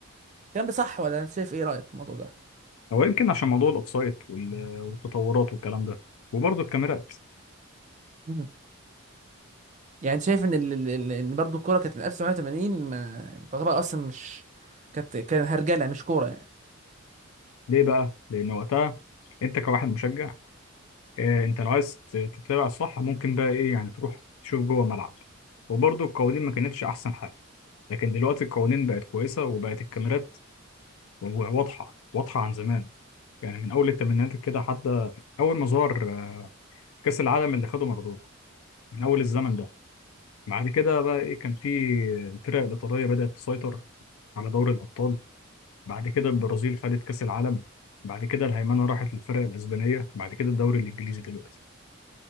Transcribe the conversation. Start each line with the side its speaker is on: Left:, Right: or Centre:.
Right: الكلام ده صح ولا انت شايف ايه رايك في الموضوع ده
Left: هو يمكن عشان موضوع الاوفسايد وال- والتطورات والكلام ده وبرضه الكاميرات
Right: مم. يعني انت شايف ان ال... ال- ال- ان برضو الكوره كانت من 1980 ما تعتبر اصلا مش كانت كان هرجله مش كوره يعني
Left: ليه بقى؟ لأن وقتها أنت كواحد مشجع آه، أنت لو عايز ت- تتابع صح ممكن بقى إيه يعني تروح تشوف جوه الملعب وبرضه القوانين ما كانتش أحسن حاجة لكن دلوقتي القوانين بقت كويسة وبقت الكاميرات واضحة واضحة عن زمان يعني من أول الثمانينات كده حتى أول ما ظهر آه، كأس العالم اللي خده مارادونا من أول الزمن ده بعد كده بقى ايه كان في الفرق الايطاليه بدات تسيطر على دوري الابطال بعد كده البرازيل خدت كاس العالم بعد كده الهيمنه راحت للفرق الاسبانيه بعد كده الدوري الانجليزي دلوقتي